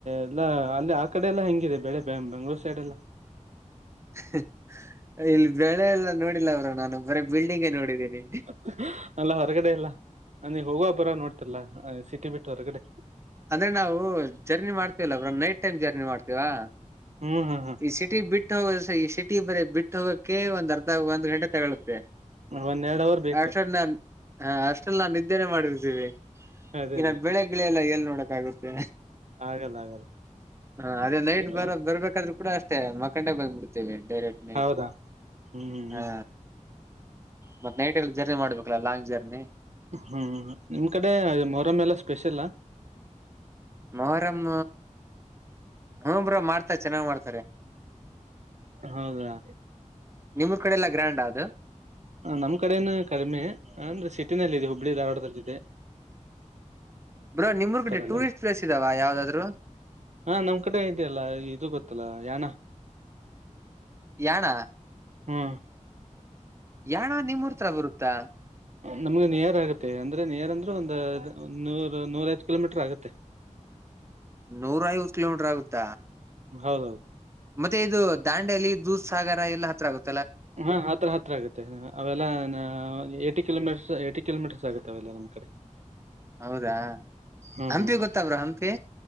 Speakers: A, on the right; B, on the right.
A: ಎಲ್ಲ ಅಲ್ಲಿ ಆ ಕಡೆ ಎಲ್ಲಾ ಹೆಂಗಿದೆ ಬೆಳೆ <unintelligible> ಬೆಂಗಳೂರ್ ಸೈಡ್. <unintelligible>
B: <unintelligible> ಇಲ್ಲಿ ಬೆಳೆ ಎಲ್ಲ ನೋಡಿಲ್ಲ ಬ್ರೋ ನಾನು ಬರೆ ಬಿಲ್ಡಿಂಗೆ ನೋಡಿದ್ದೀನಿ.
A: <unintelligible> ಅಲ್ಲಾ ಹೊರಗಡೆ ಎಲ್ಲ <unintelligible> ಹೋಗೋವಾಗ ಬರೋವಾಗ ನೋಡ್ತಿಲ್ಲಾ ಸಿಟಿ ಬಿಟ್ಟು ಹೊರಗಡೆ.
B: ಅಂದ್ರೆ ನಾವು journey <unintelligible> bro night time journey ಮಾಡ್ತೀವಾ.
A: ಹು <unintelligible>
B: ಈ ಸಿಟಿ ಬಿಟ್ಟು <unintelligible> ಈ ಸಿಟಿ ಬೇರೆ ಬಿಟ್ಟು ಹೋಗೋಕ್ಕೆೆ ಒಂದ್ ಅರ್ಧ ಒಂದ್ ಗಂಟೆ ತಗೋಳುತ್ತೆ.
A: ಹ್ಮ್ ಒಂದೆರಡ್ ಅವರ್ ಬೇಕು
B: ಅಷ್ಟ್ರಲ್ ನಾನ್ ಹಾ <unintelligible> ನಾನ್ ನಿದ್ದೇನೆೇ ಮಾಡಿರ್ತೀವಿ.
A: ಅದೇ
B: ಇನ್ನ
A: ಅದೇ
B: ಬೆಳೆಗಿಳೆಲ್ಲ ಎಲ್ಲಿ ನೋಡಕ ಆಗುತ್ತೆ.
A: ಆಗಲ್ಲ ಆಗಲ್ಲ.
B: ಹಾ ಅದೇ ನೈಟ್
A: ಏನು
B: ಬರ ಬರ್ಬೇಕಾದ್ರೂ ಕೂಡ ಅಷ್ಟೇ ಮಕ್ಕಂಡೆ ಬಂದ್ಬಿಡ್ತೇವಿ ಡೈರೆಕ್ಟ್ಟ್.
A: ಹೌದಾ. ಹ್ಮ್ ಹ್ಮ್
B: ಹಾ ಮತ್ತ ನೈಟ್ ಎಲ್ಲ ಜರ್ನಿ ಮಾಡ್ಬೇಕಲ್ಲ ಲಾಂಗ್ ಜರ್ನಿ.
A: ಹ್ಮ್ ನಿಮ್ ಕಡೆ ಮೊರಾಮ್ ಎಲ್ಲ ಸ್ಪೆಷಲ
B: ಮೊಹರಮ್..... ಹ ಬ್ರೋ ಮಾಡ್ತ ಚೆನ್ನಾಗ್ ಮಾಡ್ತ
A: ಹೌದಾ?
B: ನಿಮ್ ಊರ್ ಕಡೆ ಎಲ್ಲಾ ಗ್ರ್ಯಾಂಡ್ ಅದು
A: ನಮ್ಮ್ ಕಡೆನು ಕಡಿಮೆ ಅಂದ್ರೆ ಸಿಟಿನಲ್ಲಿ ಇದೆ ಹುಬ್ಬಳ್ಳಿ ಧಾರವಾಡದಲ್ಲದೆ
B: ಬ್ರೋ ನಿಮ್ಮೂರ್ ಕಡೆ
A: ಅಲ್ಲೆಲ್ಲ
B: ಟೂರಿಸ್ಟ್ ಪ್ಲೇಸ್ ಇದಾವ ಯಾವ್ದಾದ್ರು
A: ಹಾ ನಮ್ ಕಡೆ ಇದೆಯಲ್ಲ ಇದು ಗೊತ್ತಲ್ಲ ಯಾಣ
B: ಯಾಣ.
A: ಹ್ಮ್
B: ಯಾಣ ನಿಮ್ಮೂರ್ ತರ ಬರುತ್ತಾ?
A: ನಮ್ಗೆ ನಿಯರ್ ಆಗತ್ತೆ? ಅಂದ್ರೆ ನಿಯರ್ ಅಂದ್ರೆ ಒಂದ ನೂರ ನೂರ ಐವತ್ ಕಿಲೋಮೀಟರ್ ಆಗತ್ತೆ.
B: ನೂರ ಐವತ್ತು ಕಿಲೋಮೀಟರ್ ಆಗೂತ್ತ
A: ಹೌದೌದು.
B: ಮತ್ತೆ ಇದು ದಾಂಡಲಿ, ದೂಧ್ ಸಾಗರ, ಎಲ್ಲ ಹತ್ರ ಆಗುತ್ತ.
A: ಹಾ ಹತ್ರ ಹತ್ರ ಆಗುತ್ತೆ ಅವೆಲ್ಲನಾ ಕಿಲೋ ಮೀಟರ್ಸ್ ಹೇಟಿ ಕಿಲೋಮೀಟರ್ ಆತ್ತೆಲ್ಲ ನಮ್ಮ ಕಡೆ
B: ಹೌದಾ
A: ಹ್ಮ್
B: ಹಂಪಿ
A: ಹ್ಮ್
B: ಗೊತ್ತಾ ಬ್ರೋ ಹಂಪಿ